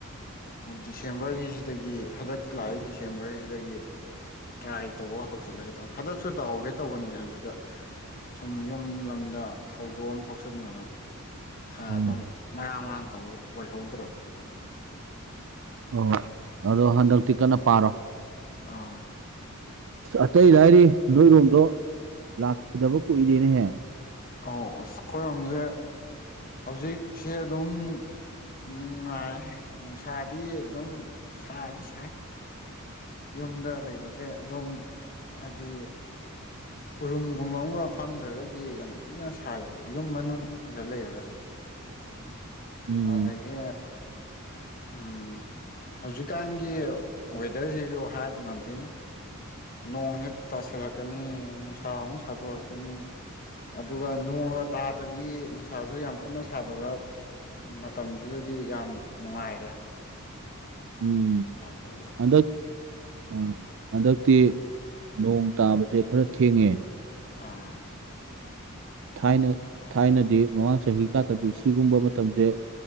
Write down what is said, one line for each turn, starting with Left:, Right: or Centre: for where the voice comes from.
Left: ꯗꯤꯁꯦꯝꯕꯔꯒꯤꯁꯤꯗꯒꯤ ꯍꯟꯗꯛ ꯂꯥꯛꯏ ꯗꯤꯁꯦꯝꯕꯔꯁꯤꯗꯒꯤ ꯇ꯭ꯔꯥꯏ ꯇꯧꯕ ꯍꯧꯖꯤꯜꯂꯒꯦ ꯇꯧꯕꯅꯤ ꯍꯟꯗꯛꯁꯨ ꯇꯧꯍꯧꯒꯦ ꯇꯧꯕꯅꯤ ꯑꯗꯨꯗ ꯁꯨꯝ ꯌꯨꯝ ꯂꯝꯗ ꯊꯧꯗꯣꯛ ꯑꯃ ꯊꯣꯛꯆꯟꯗꯅ ꯑꯗꯨꯝ
Right: ꯎꯝ
Left: ꯃꯔꯥꯡ ꯃꯔꯥꯡ ꯇ ꯑꯣꯏꯍꯧꯗ꯭ꯔꯕ <unintelligible>
Right: ꯍꯣꯏ ꯍꯣꯏ ꯑꯗꯣ ꯍꯟꯗꯛꯇꯤ ꯀꯟꯅ ꯄꯥꯔꯣ
Left: ꯑꯥ
Right: ꯑ ꯑꯇꯩ ꯂꯔꯤ ꯅꯗꯣꯏꯔꯣꯝꯗꯣ ꯂꯥꯛꯈꯤꯗꯕ ꯀꯨꯏꯔꯦꯅꯦꯍꯦ
Left: ꯑꯥꯎꯈꯣꯏꯝꯁꯦ ꯍꯧꯖꯤꯛꯁꯦ ꯑꯗꯨꯝ ꯅꯨꯡꯉꯥꯏ ꯅꯨꯡꯁꯥꯗꯤ ꯑꯗꯨꯝ ꯁꯥꯗꯤ ꯁꯥꯏ ꯌꯨꯝꯗ ꯂꯩꯕꯁꯦ ꯑꯗꯨꯝ ꯍꯥꯏꯗꯤ ꯎꯔꯨꯝꯒꯨꯝꯕ ꯑꯃꯒ ꯐꯪꯗ꯭ꯔꯒꯗꯤ ꯌꯥꯝ ꯊꯤꯅ ꯁꯥꯏꯌꯦꯕ ꯌꯨꯝ ꯃꯅꯨꯡꯗ ꯂꯩꯔꯒꯁꯨ
Right: ꯎꯝ
Left: ꯑꯗꯨꯗꯒꯤ ꯎꯝ ꯍꯧꯖꯤꯛꯀꯥꯟꯒꯤ ꯋꯦꯗꯔꯁꯤꯁꯨ ꯍꯥꯏꯕ ꯉꯝꯗꯦ ꯅꯣꯡ ꯍꯦꯛ ꯇꯥꯁꯤꯜꯂꯛꯀꯅꯤ ꯅꯨꯡꯁꯥ ꯑꯃꯨꯛ ꯁꯥꯗꯣꯔꯛꯀꯅꯤ ꯑꯗꯨꯒ ꯅꯣꯡꯒ ꯇꯥꯗꯕꯤ ꯅꯨꯡꯁꯥꯁꯨ ꯌꯥꯝ ꯀꯟꯅ ꯁꯥꯗꯕ ꯃꯇꯝꯗꯨꯗ ꯌꯥꯝ ꯅꯨꯡꯉꯥꯏꯔꯦ
Right: ꯎꯝ
Left: ꯑꯗꯨꯗꯒꯤ
Right: ꯍꯟꯗꯛ ꯑ ꯍꯟꯗꯛꯇꯤ ꯅꯣꯡ ꯇꯥꯕꯁꯦ ꯈꯔ ꯊꯦꯡꯉꯦ
Left: ꯑꯥ
Right: ꯊꯥꯏꯅ ꯊꯥꯏꯅꯗꯤ ꯃꯃꯥꯡ ꯆꯍꯤ ꯈꯛꯇꯗꯤ ꯁꯤꯒꯨꯝꯕ ꯃꯇꯝꯁꯦ